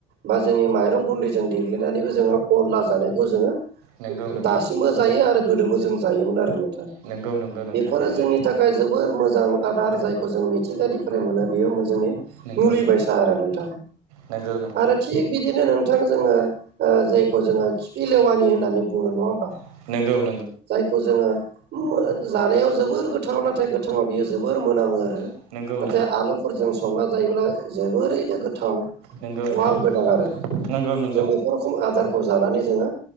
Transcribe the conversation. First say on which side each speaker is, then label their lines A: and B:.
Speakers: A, on the right; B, on the right.
A: बा जोंनि माइरं गुन्दैजों देग्लिनानैबो जोङो अनला जानायखौ जोङो
B: नंगौ नंगौ
A: दासिमबो जायो आरो गोदोबो जों जायोमोन आरो नों थां
B: नंगौ नंगौ नोंथां
A: बेफोरो
B: नंगौ
A: जोंनि थाखाय जोबोर मोजां आ आरो जायखौ जों मिथिंगानिफ्राय मोनो बेयो मो जोंनि
B: नंगौ
A: मुलि बायसा आरो नोंथां
B: नंगौ
A: आरो थिग बिदिनो नोंथां जोङो ओ जायखौ जोङो खिफि लेवानि होननानै बुङो नङा होमबा।
B: नंगौ नंगौ
A: जायखौ जोङो मु ओ जानायाव जोबोर गोथाव ना थाय गोथाङाव बियो जोबोर मोनामो आरो
B: नंगौ
A: नाथाय
B: नंगौ
A: आलुफोरजों संना जायोब्ला जोबोरैनो गोथाव
B: नंगौ
A: खहाब
B: नंगौ
A: गोनां आरो।
B: नंगौ नंगौ
A: जों बेफोर खोम आदारखौ जानानै जोङो